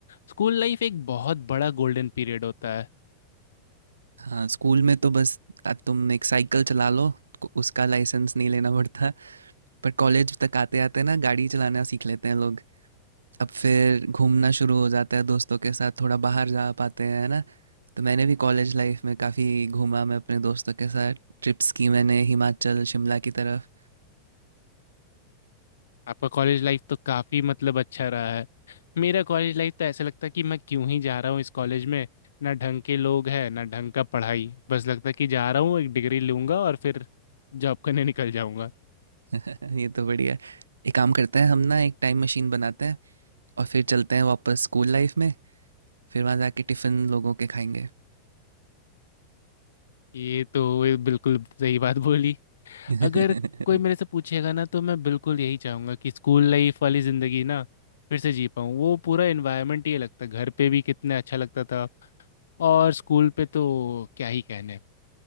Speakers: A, on the left (about 65°); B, on the right (about 75°).
A: स्कूल लाइफ एक बहुत बड़ा गोल्डन पीरियड होता है
B: हाँ स्कूल में तो बस आ, तुम एक साइकिल चला लो को- उसका लाइसेंस नहीं लेना पड़ता पर कॉलेज तक आते आते ना गाड़ी चलाना सीख लेते हैं लोग अब फिर घूमना शुरू हो जाता है दोस्तों के साथ थोड़ा बाहर जा पाते हैं है ना तो मैंने भी कॉलेज लाइफ में काफ़ी घूमा मैं अपने दोस्तों के साथ ट्रिप्स की मैंने हिमाचल शिमला की तरफ
A: आपका कॉलेज लाइफ तो काफी मतलब अच्छा रहा है मेरा कॉलेज लाइफ तो ऐसा लगता है कि मैं क्यों ही जा रहा हूँ इस कॉलेज में ना ढंग के लोग हैं ना ढंग का पढ़ाई बस लगता है कि जा रहा हूँ एक डिग्री लूंगा और फिर जॉब करने निकल जाऊंगा
B: <laughs> ये तो बढ़िया एक काम करते हैं हम ना एक टाइम मशीन बनाते हैं और फिर चलते हैं वापस स्कूल लाइफ में फिर वहाँ जाके टिफ़िन लोगों के खाएंगे
A: ये तो ये बिल्कुल सही बात बोली
B: <laughs>
A: अगर कोई मेरे से पूछेगा ना तो मैं बिल्कुल यही चाहूंगा कि स्कूल लाइफ वाली जिंदगी ना फिर से जी पाऊँ वो पूरा एनवायरनमेंट ही लगता घर पे भी कितना अच्छा लगता था और स्कूल पे तो क्या ही कहने